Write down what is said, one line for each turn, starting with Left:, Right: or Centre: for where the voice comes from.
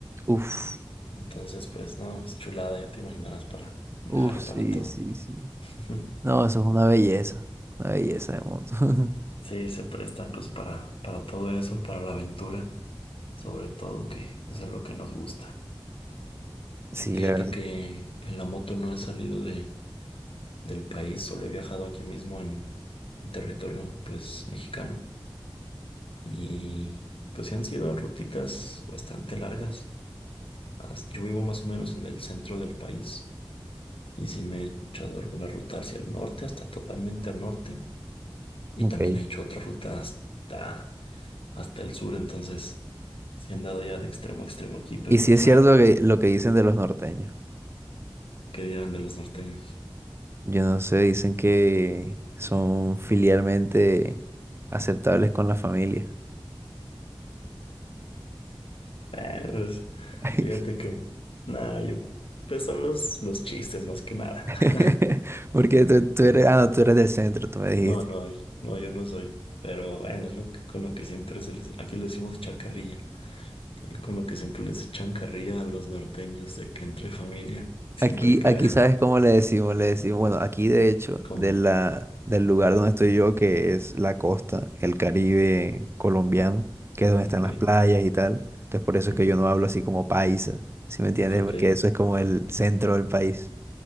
Right: Uf,
Left: entonces pues no, es chulada, ya te imaginarás para viajar
Right: uf,
Left: y
Right: sí,
Left: para todo.
Right: sí, sí.
Left: <laughs>
Right: No, eso es una belleza, una belleza de moto. <laughs>
Left: Sí, se prestan pues para, para todo eso, para la aventura. sobre todo que pues, es lo que nos gusta.
Right: Sí,
Left: Fíjate
Right: la verdad.
Left: que en la moto no he salido de, del país, solo he viajado aquí mismo en, en territorio pues mexicano y pues sí han sido rutitas bastante largas. As- Yo vivo más o menos en el centro del país y sí me he echado alguna ruta hacia el norte, hasta totalmente al norte y
Right: Ok.
Left: también he hecho otra ruta hasta, hasta el sur, entonces sí he andado ya de extremo a extremo aquí, pero
Right: Y sí
Left: pues
Right: es
Left: bueno,
Right: cierto que lo que dicen de los norteños.
Left: ¿qué dirán de los norteños?
Right: Yo no sé, dicen que son filialmente aceptables con la familia.
Left: Bueno, pues,
Right: <laughs>
Left: Fíjate que, nada, yo, pues son los, los chistes más que nada.
Right: <laughs>
Left: <laughs>
Right: Porque tú, tú eres, ah, no, tú eres del centro, tú me dijiste.
Left: No, no, no, yo no soy. Pero bueno, es lo que, con lo que siempre se les, aquí le decimos echar carrilla. y Con lo que siempre les echan carrilla a los norteños de que entre familia siempre
Right: Aquí,
Left: queda.
Right: aquí sabes cómo le decimos, le decimos, bueno, aquí de hecho,
Left: <laughs> Como,
Right: de la, del lugar donde estoy yo, que es la costa, el Caribe colombiano, que es donde están
Left: ok,
Right: las playas y tal. Entonces por eso
Left: ujú,
Right: es que yo no hablo así como paisa, ¿sí me entiendes?
Left: ok,
Right: Porque eso es como el centro del país.